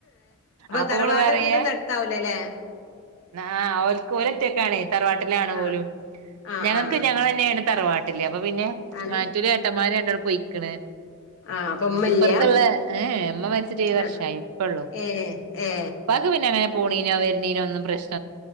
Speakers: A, on the right (about 80°); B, on the left (about 55°).
A: അപ്പൊ
B: തറവാട്
A: അവള് പറയാ
B: വീടൊന്നും അടുത്താവൂലല്ലേ
A: ആഹ് ഓളൊറ്റക്കാണെയ് തറവാട്ടിലാണ് പോലും
B: ആഹ് ആഹ്
A: ഞങ്ങൾക്ക്
B: ആഹ്
A: ഞങ്ങൾ തന്നെയാണ് തറവാട്ടില് അപ്പൊ പിന്നെ
B: ആണ്
A: മറ്റൊരു ഏട്ടന്മാര് രണ്ടോളും പൊയിക്കണ്.
B: ആഹ് അപ്പൊ ഉമ്മല്ല
A: ഇപ്പുറത്തുള്ള ഏഹ് മ്മ മരിച്ചിട്ട് ഏഴ് വർഷയി
B: ആഹ്
A: ഇപ്പള്ളൂ.
B: ഏ ഏ
A: ങ്ങക്ക് പിന്നെങ്ങനെ പോണീനോ വർന്നീനോ ഒുരു പ്രശ്